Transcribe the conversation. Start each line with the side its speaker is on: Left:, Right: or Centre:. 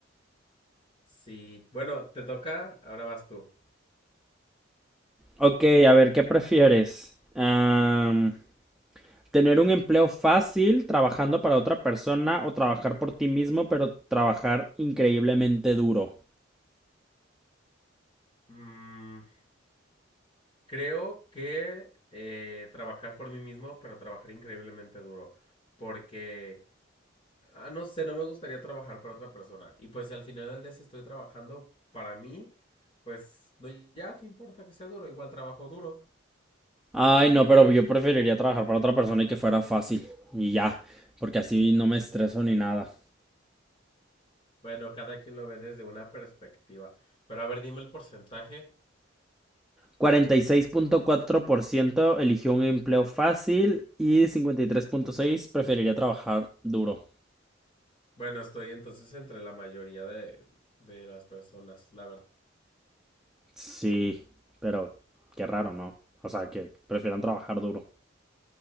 Left: Sí, bueno, te toca, ahora vas tú.
Centre: Ok, a ver, ¿qué prefieres? Am, ¿tener un empleo fácil trabajando para otra persona o trabajar por ti mismo, pero trabajar increíblemente duro?
Left: Mm. Creo que eh, trabajar por mí mismo, pero trabajar increíblemente duro, porque, ah, no sé, no me gustaría trabajar para otra persona. Y pues al final del día, si estoy trabajando para mí, pues no, ya, ¿qué importa que sea duro? Igual trabajo duro.
Centre: Ay, no, pero yo preferiría trabajar para otra persona y que fuera fácil. Y ya, porque así no me estreso ni nada.
Left: Bueno, cada quien lo ve desde una perspectiva. Pero a ver, dime el porcentaje.
Centre: cuarenta y seis punto cuatro por ciento eligió un empleo fácil y 53.6% preferiría trabajar duro.
Left: Bueno, estoy entonces entre la mayoría de, de las personas, la verdad.
Centre: Sí, pero qué raro, ¿no? O sea, que prefieran trabajar duro.